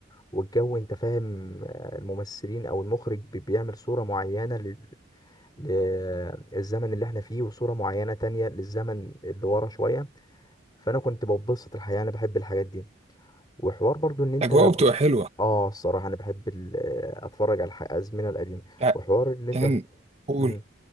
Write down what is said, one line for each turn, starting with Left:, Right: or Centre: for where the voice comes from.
Left: والجو انت فاهم آه، الممثلين او المخرج بي- بيعمل صورة معينة لل... للزمن اللي احنا فيه وصورة معينة تانية للزمن اللي ورا شوية فانا كنت ببسط الحياة انا بحب الحاجات دي وحوار برضو ان انت
Right: اجواءه
Left: كنت
Right: بتبقى حلوه
Left: اه الصراحه انا بحب ال... آه، اتفرج على الح- الازمنه القديمه
Right: يع-
Left: وحوار اللي انت
Right: يعني
Left: كنت
Right: قول
Left: مم.